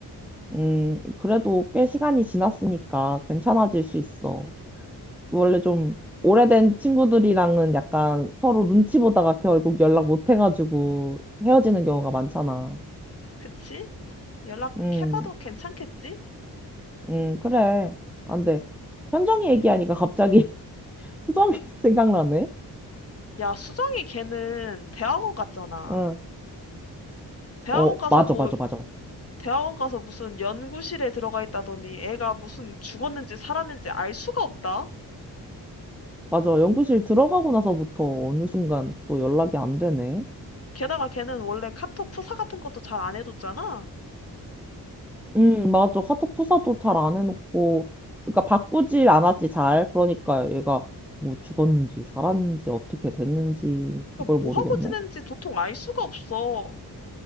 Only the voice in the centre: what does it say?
음, 그래도 꽤 시간이 지났으니까 괜찮아질 수 있어. 원래 좀 오래된 친구들이랑은 약간 서로 눈치 보다가 결국 연락 못 해가지고 헤어지는 경우가 많잖아.
음,
음, 그래. 안 돼. 현정이 얘기하니까 갑자기 <laughs> 수정이도 생각나네.
응.
어,
맞아,
맞아, 맞아.
맞아. 연구실 들어가고 나서부터 어느 순간 또 연락이 안 되네.
음, 맞아. 카톡 프사도 잘 안 해놓고, 그러니까 바꾸질 않았지, 잘. 그러니까 얘가 뭐 죽었는지 살았는지 어떻게 됐는지 그걸
모르겠네.